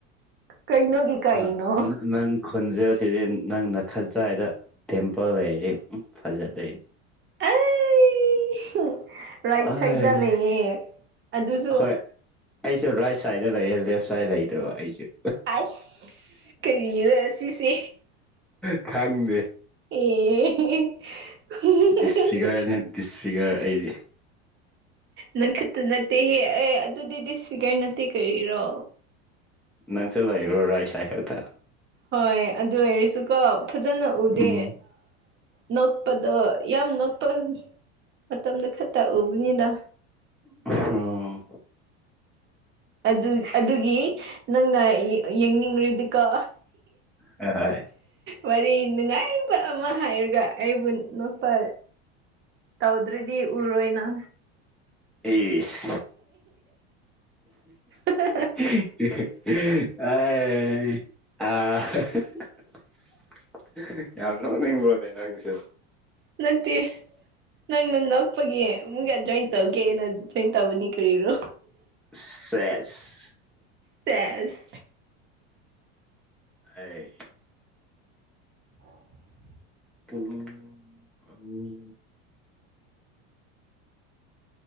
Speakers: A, on the right; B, in the centre.
A: ꯀꯩꯅꯣꯒꯤ ꯀꯩꯅꯣ
B: ꯑ ꯅꯪ ꯈꯣꯟꯖꯦꯜꯁꯤꯗꯤ ꯅꯪꯅ ꯈꯖꯥꯏꯗ ꯗꯤꯝꯄꯜ ꯂꯩꯔꯗꯤ ꯎ ꯐꯖꯗꯣꯏꯅꯦ
A: ꯑꯩ ꯔꯥꯏꯠ
B: ꯑꯩ
A: ꯁꯥꯏꯗꯠꯇ ꯂꯩꯌꯦ ꯑꯗꯨꯁꯨ
B: ꯍꯣꯏ ꯑꯩꯁꯨ ꯔꯥꯏꯠ ꯁꯥꯏꯗꯇ ꯂꯩꯌꯦꯦ ꯂꯦꯐ ꯁꯥꯏꯠ ꯂꯩꯇꯕ ꯑꯩꯁꯨ
A: ꯑꯁ ꯀꯔꯤꯔ ꯑꯁꯤꯁꯦ
B: <inaudible> ꯈꯥꯪꯗꯦ
A: ꯑꯦ <unintelligible>
B: ꯗꯤꯁꯐꯤꯒꯔꯅꯦ ꯗꯤꯁꯐꯤꯒꯔ ꯑꯩꯗꯤ
A: ꯅꯪꯈꯛꯇ ꯅꯠꯇꯦ ꯍꯦ ꯑꯦ ꯑꯗꯨꯗꯤ ꯗꯤꯁꯐꯤꯒꯔ ꯅꯠꯇꯦ ꯀꯔꯤꯔꯣ
B: ꯅꯪꯁꯨ ꯂꯩꯕ꯭ꯔꯣ ꯔꯥꯏꯠ ꯁꯥꯏꯠ ꯈꯛꯇ
A: ꯍꯣꯏ ꯑꯗꯨ ꯑꯣꯏꯔꯁꯨꯀꯣ ꯐꯖꯅ ꯎꯗꯦ
B: ꯎꯝ
A: ꯅꯣꯛꯄꯗꯣ ꯌꯥꯝ ꯅꯣꯛꯄ ꯃꯇꯝꯗ ꯈꯛꯇ ꯎꯕꯅꯤꯗ
B: ꯎꯝ
A: ꯑꯗꯨ ꯑꯗꯨꯒꯤ ꯅꯪꯅ ꯌꯦꯡꯅꯤꯡꯔꯥꯗꯤ ꯀꯣ
B: ꯍꯣꯏ
A: ꯋꯥꯔꯤ ꯅꯨꯡꯉꯥꯏꯕ ꯑꯃ ꯍꯥꯏꯔꯒ ꯑꯩꯕꯨ ꯅꯣꯛꯄ ꯇꯧꯗ꯭ꯔꯗꯤ ꯎꯔꯣꯏꯅ
B: ꯏꯁ
A: <unintelligible>
B: <unintelligible> ꯌꯥꯝ ꯅꯣꯛꯅꯤꯡꯕꯔꯣꯅꯦ ꯅꯪꯁꯨ
A: ꯅꯠꯇꯦ ꯅꯪ ꯅꯣꯛꯄꯒꯦ ꯑꯃꯨꯛ ꯏꯟꯖꯣꯏ ꯇꯧꯒꯦ ꯅ ꯇꯧꯕꯅꯤ ꯀꯔꯤꯅꯦ
B: ꯁꯦꯁ
A: ꯁꯦꯁ
B: ꯑꯩ
A: <unintelligible>
B: <unintelligible> ꯑꯅꯤ